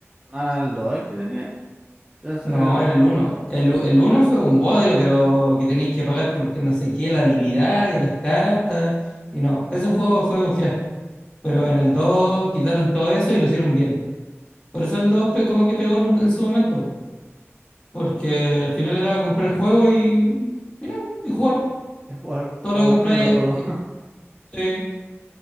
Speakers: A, on the right; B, on the left.
A: no era el 2 el que tenía, yo pensaba
B: No,
A: que era el 2
B: era el uno El, u- el uno fue un bodrio, pero que tenéis que pagar porque no sé qué, la habilidad de las cartas. Y no, ese juego fue un fiasco. Pero en el 2 quitaron todo eso y lo hicieron bien. Por eso el 2 pe- como que pegó en, un- en su momento. po. Porque al final era comprar el juego y, y no, y jugar.
A: de jugar
B: Todo
A: como
B: lo que compráis,
A: cualquier otro juego.
B: eh,
A: <laughs>
B: sí,